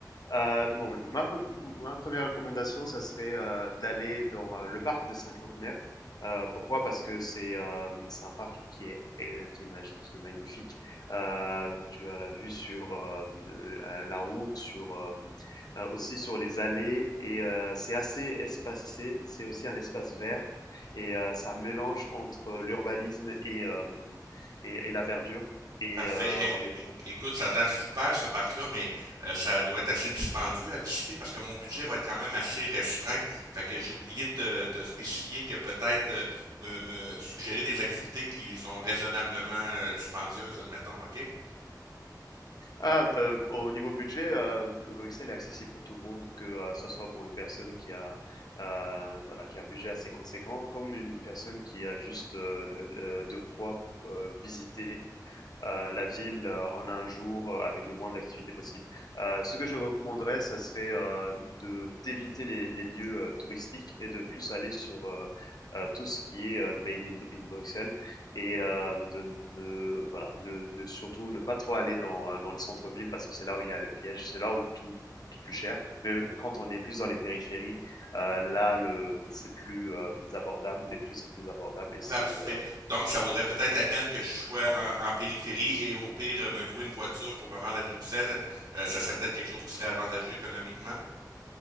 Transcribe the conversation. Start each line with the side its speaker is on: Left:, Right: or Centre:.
Left: Euh, bon, ma, pre- ma première recommandation, ça serait euh, d'aller dans euh, le parc des Cinquantenaires. Euh, pourquoi? Parce que c'est euh, c'est un parc qui est euh, qui est magique, qui est magnifique. Euh, tu as la vue sur euh, la la route, sur euh, euh, aussi sur les allées et euh, c'est assez espacé. C'est aussi un espace vert et euh, c'est un mélange entre l'urbanisme et, euh, et et la verdure. Et
Right: Parfait.
Left: euh, on est
Right: Eh, eh, eh, écoute, ça a l'air super ce parc-là, mais euh, ça doit être assez dispendieux à visiter parce que mon budget va être quand même assez restreint. Fait que j'ai oublié de te, te spécifier que peut-être euh, me, me suggérer des activités qui sont raisonnablement euh, dispendieuses, admettons, OK?
Left: Ah, heu, au niveau budget, heu, Bruxelles est accessible pour tout le monde, que, heu, ce soit pour une personne qui a, heu, voilà, qui a un budget assez conséquent, comme une personne qui a juste, heu, le le de quoi, heu, visiter euh, la ville euh, en un jour euh, avec le moins d'activité possible. Euh, ce que je recommanderais, ça serait euh, de d'éviter les, les, lieux euh, touristiques et de plus aller sur euh, euh, tout ce qui est euh, made in, in, Bruxelles et euh, de ne voilà de, de, surtout ne pas trop aller dans, euh, dans le centre-ville parce que c'est là où il y a le piège, c'est là où tout coûte plus cher. Mais quand on est plus dans les périphéries, euh, là le c'est plus euh, abordable, les prix sont plus abordables et c'est
Right: Parfait. Donc, ça vaudrait peut-être la peine que je sois en, en périphérie et au pire me louer une voiture pour me rendre à Bruxelles. Euh, ça serait peut-être quelque chose qui serait avantageux économiquement.